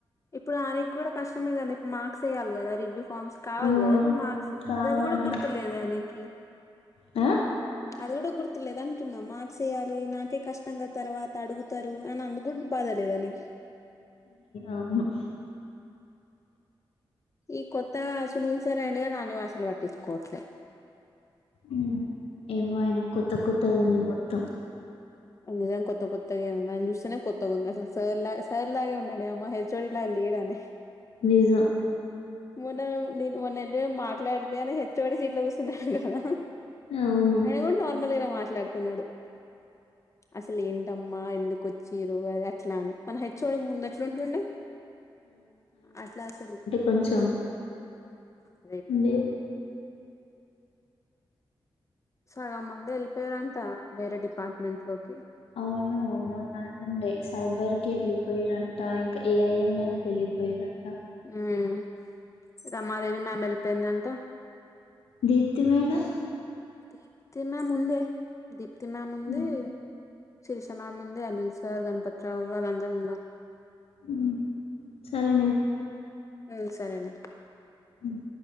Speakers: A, on the left (about 30°); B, on the left (about 85°).
A: ఇప్పుడు ఆయనకి కూడా కష్టమే కదా ఇప్పుడు మార్క్స్ వేయాలి కదా రివ్యూ ఫార్మ్స్. కావాలి
B: ఆ!
A: కదా ఇప్పుడు మార్క్స్
B: కావాలి.
A: గది కూడా గుర్తులేదు ఆయనకి.
B: ఆ.
A: అది కూడా గుర్తులేదా అంటున్నాం మాక్స్ వేయాలి నాకే కష్టంగా తర్వాత అడుగు. తరువు అని అందుకు బాధ లేదా నీకి.
B: అవును.
A: ఈ కొత్తగా సునీల్ సార్ అయన ఆనివాసలు పట్టించుకోవట్లేదు.
B: ఊమ్ ఏమో అయన కొత్త కొత్త ఉంది మొత్తం.
A: నిజం కొత్త కొత్తగా ఉంది అని చూస్తేనే కొత్తగా ఉంది అసలు సార్ లా సార్ లాగే ఉండడు అమ్మ హెచ్ఓడిలా లేడని.
B: నిజం.
A: మొన్న మే నేను మొన్నెళ్ళ మాట్లాడితే అని హెచ్చవోడి సీట్లు కూర్చున్నాను కదా.
B: అవును.
A: ఆయన కూడా నార్మల్ గా మాట్లాడుతున్నాడు. అస్సలు ఏంటమ్మా ఎందుకు వచ్చిరు అది అట్లా అని. మన హెచ్చువోడి ముందు ఎట్లాంటుండంది అట్లా అసలు.
B: కొంచం.
A: ఉహు.
B: అండి.
A: సగం మంది వెళ్ళిపోయారంట వేరే డిపార్ట్మెంట్ లోకి.
B: అవును మూన్నళ్ండే సైబర్ కి వెళ్ళిపోయిరంట ఇంకా ఏఐఎంఎల్ కెళ్లి. వేరంట.
A: ఉమ్ రమాదేవి మ్యమ్ వెళ్ళిపోయిందంట.
B: దీప్తి మేడం.
A: దీప్తి మ్యామ్ ఉందే దీప్తి మ్యామ్ ఉంది.
B: హ్మ్.
A: సిరిష మ్యముంది అనిల్ సార్ గణపతి రావు వాళ్ళందరూ ఉన్నారు.
B: హ్మ్. సరేనే
A: ఊమ్ సరేనా.
B: ఊమ్.